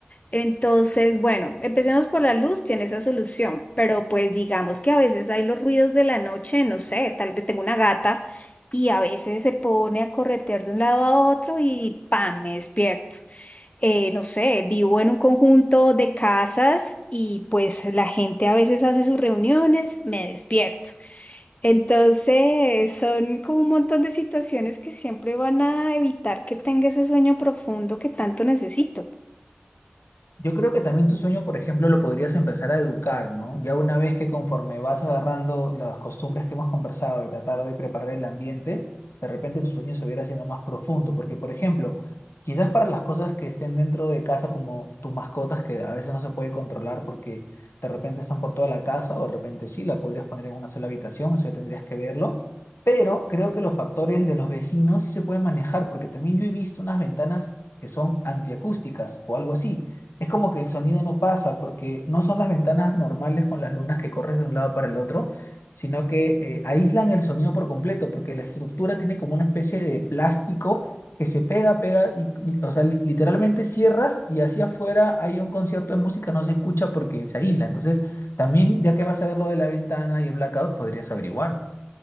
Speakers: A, on the left; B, on the left.
A: Entonces, bueno, empecemos por la luz, tiene esa solución, pero pues digamos que a veces hay los ruidos de la noche, no sé, tal vez tengo una gata y a veces se pone a corretear de un lado a otro y ¡pam! me despierto eh, no sé, vivo en un conjunto de casas y pues la gente a veces hace sus reuniones, me despierto. Entonces, son como un montón de situaciones que siempre van a evitar que tenga ese sueño profundo que tanto necesito.
B: Yo creo que también tu sueño, por ejemplo, lo podrías empezar a educar, ¿no? Ya una vez que conforme vas agarrando las costumbres que hemos conversado de tratar de preparar el ambiente, de repente tu sueño se va a ir haciendo más profundo, porque, por ejemplo, quizás para las cosas que estén dentro de casa, como tus mascotas, que a veces no se puede controlar porque de repente están por toda la casa, o de repente sí, la podrías poner en una sola habitación, eso ya tendrías que verlo. Pero creo que los factores de los vecinos sí se pueden manejar, porque también yo he visto unas ventanas que son antiacústicas o algo así es como que el sonido no pasa porque no son las ventanas normales con las lunas que corres de un lado para el otro, sino que eh, aíslan el sonido por completo porque la estructura tiene como una especie de plástico que se pega, pega y, y, o sea, li- literalmente cierras y hacia afuera hay un concierto de música, no se escucha porque se aísla. Entonces, también ya que vas a ver lo de la ventana y el blackout, podrías averiguar.